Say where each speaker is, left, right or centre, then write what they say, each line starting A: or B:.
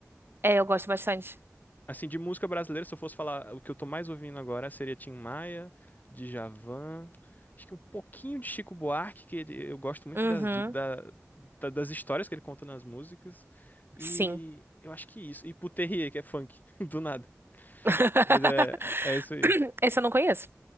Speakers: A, on the right; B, on the left.
A: É, eu gosto bastante.
B: Assim, de música brasileira, se eu fosse falar, o que eu tô mais ouvindo agora seria Tim Maia, Djavan, acho que um pouquinho de Chico Buarque, que ele- eu gosto muito
A: Uhum.
B: das, da- da- das histórias que ele conta nas músicas, e
A: Sim.
B: eu acho que isso, e Puterrier, que é funk, <laughs> do nada,
A: <laughs>
B: mas é, é isso aí.
A: Esse eu não conheço.